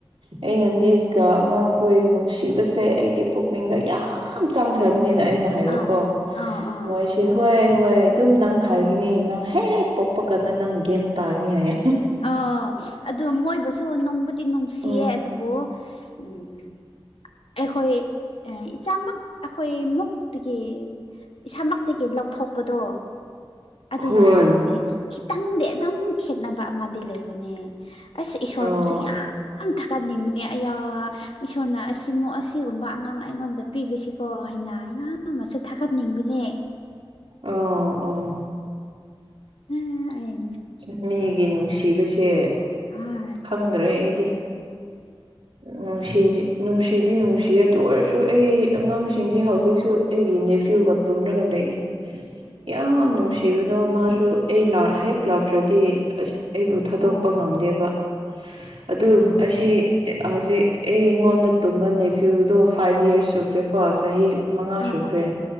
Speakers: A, on the right (about 85°); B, on the left (about 80°).
A: ꯑꯩꯅ ꯅꯤꯁꯀ ꯑꯉꯥꯡꯈꯣꯏ ꯅꯨꯡꯁꯤꯕꯁꯦ ꯑꯩꯒꯤ ꯄꯨꯛꯅꯤꯡꯗ ꯌꯥꯝ ꯌꯥꯝ ꯆꯥꯡꯈ꯭ꯔꯕꯅꯤꯅ ꯑꯩꯅ ꯍꯥꯏꯕꯀꯣ
B: ꯑꯥ ꯑꯥ ꯑꯥ ꯑꯥ
A: ꯃꯣꯏꯁꯦ ꯍꯣꯏ ꯍꯣꯏ ꯑꯗꯨꯝ ꯅꯪ ꯍꯥꯏꯒꯅꯤ ꯅꯪ ꯍꯦꯛ ꯄꯣꯛꯄ ꯀꯥꯟꯗ ꯅꯪ ꯒ꯭ꯌꯥꯟ ꯇꯥꯅꯤ ꯍꯥꯏꯌꯦ
B: ꯑ ꯑꯗꯨ ꯃꯣꯏꯕꯨꯁꯨ ꯅꯨꯡꯕꯨꯗꯤ ꯅꯨꯡꯁꯤꯌꯦ
A: ꯎꯝ
B: ꯑꯗꯨꯕꯨ ꯎꯝ ꯑꯩꯈꯣꯏ ꯏꯆꯥꯃꯛ ꯑꯩꯈꯣꯏ ꯃꯨꯛꯇꯒꯤ ꯏꯁꯥꯃꯛꯇꯒꯤ ꯂꯧꯊꯣꯛꯄꯗꯣ ꯑꯗꯨꯒꯗꯤ
A: ꯍꯣꯏ
B: ꯈꯤꯇꯪꯗꯤ ꯑꯗꯨꯝ ꯈꯦꯠꯅꯕ ꯑꯃꯗꯤ ꯂꯩꯕꯅꯦ ꯑꯁ ꯏꯁꯣꯔꯕꯨꯁꯨ
A: ꯑꯣ
B: ꯌꯥꯝ ꯊꯛ ꯀꯟꯅꯤꯡꯕꯅꯦ ꯑꯌꯥ ꯏꯁꯣꯔꯅ ꯑꯁꯤꯃ ꯑꯁꯤꯒꯨꯝꯕ ꯑꯉꯥꯡ ꯑꯩꯉꯣꯟꯗ ꯄꯤꯕꯁꯤꯀꯣ ꯍꯥꯏꯅ ꯑꯌꯥꯝꯕꯁꯨ ꯊꯥꯒꯠꯅꯤꯡꯕꯅꯦ
A: ꯑꯣ ꯑꯣ
B: ꯍꯣꯏ
A: ꯎ ꯃꯤ ꯑꯩ ꯒꯤ ꯅꯨꯡꯁꯤꯕꯁꯦ
B: ꯑꯦ
A: ꯈꯪꯗ꯭ꯔꯦ ꯑꯩꯗꯤ ꯅꯨꯡꯁꯤ ꯅꯨꯡꯁꯤꯗꯤ ꯅꯨꯡꯁꯤ ꯑꯗꯨ ꯑꯣꯏꯔꯁꯨ ꯑꯩ ꯑꯉꯥꯡꯁꯤꯡꯁꯤ ꯍꯧꯖꯤꯛꯁꯨ ꯑꯩꯒꯤ ꯅꯦꯐ꯭ꯌꯨ ꯒ ꯇꯅꯒ ꯂꯩꯦ ꯌꯥꯝ ꯅꯨꯡꯁꯤꯕꯗꯣ ꯃꯥꯁꯨ ꯑꯩ ꯍꯦꯛ ꯂꯥꯛꯈ꯭ꯔꯗꯤ ꯑꯩꯕꯨ ꯊꯥꯗꯣꯛꯄ
B: ꯑꯣ
A: ꯉꯝꯗꯦꯕ
B: <unintelligible>
A: ꯑꯗꯨ ꯑꯁꯤ ꯍꯧꯖꯤꯛ ꯑꯩ ꯑꯩꯉꯣꯟꯗ ꯇꯨꯝꯕ ꯅꯦꯐ꯭ꯌꯨꯗꯣ ꯐꯥꯏꯚ ꯌꯔꯁ ꯁꯨꯈ꯭ꯔꯦꯀꯣ ꯀꯣ ꯆꯍꯤ ꯃꯉꯥ
B: ꯑ
A: ꯁꯨꯈ꯭ꯔꯦ